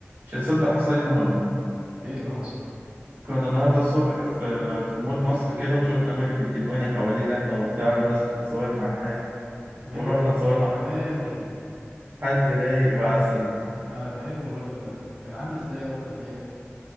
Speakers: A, on the right; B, on the right.
A: مش هتصدق حصل ايه النهارده
B: ايه اللي حصل
A: كنا النهارده الصبح في في مول مصر كده وشفنا ماجد الكدواني حواليه لمة وبتاع والناس بتتصور معاه
B: ماجد
A: ورحنا
B: الكدواني
A: اتصورنا معاه حد رايق وعسل
B: انا بحبه الراجل ده كان عامل ازاي بقى في الحقيقة